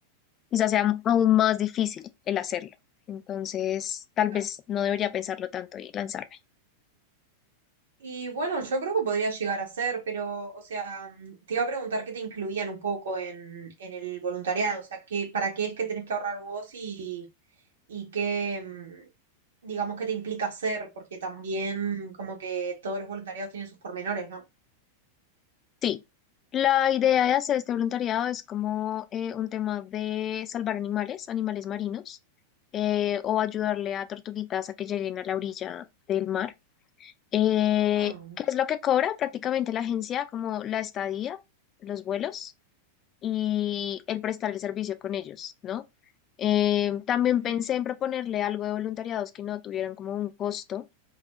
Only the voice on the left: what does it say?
quizás sea aún más difícil el hacerlo. Entonces, tal
vez no debería pensarlo tanto y lanzarme.
Sí, la idea de hacer este voluntariado es como eh, un tema de salvar animales, animales marinos, eh, o ayudarle a tortuguitas a que lleguen a la orilla del mar. Eh,
¿qué es lo que cobra prácticamente la agencia? Como la estadía, los vuelos y el prestarle servicio con ellos, ¿no? Eh, también
pensé en proponerle algo de voluntariados que no tuvieran como un costo,